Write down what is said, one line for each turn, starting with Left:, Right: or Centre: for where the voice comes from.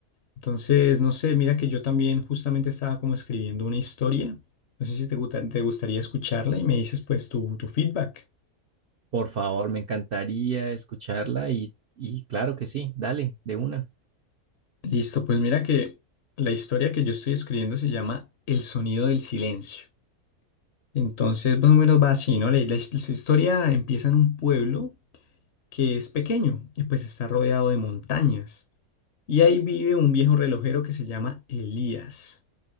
Left: Entonces, no sé, mira que yo también justamente estaba como escribiendo una historia. No sé si te gusta- te gustaría escucharla y me dices pues tu, tu feedback.
Right: Por favor, me encantaría escucharla y, y claro que sí, dale, de una.
Left: Listo, pues mira que la historia que yo estoy escribiendo se llama El sonido del silencio. Entonces, más o menos va así, ¿no? La, la his- la historia empieza en un pueblo que es pequeño y pues está rodeado de montañas. Y ahí vive un viejo relojero que se llama Elías.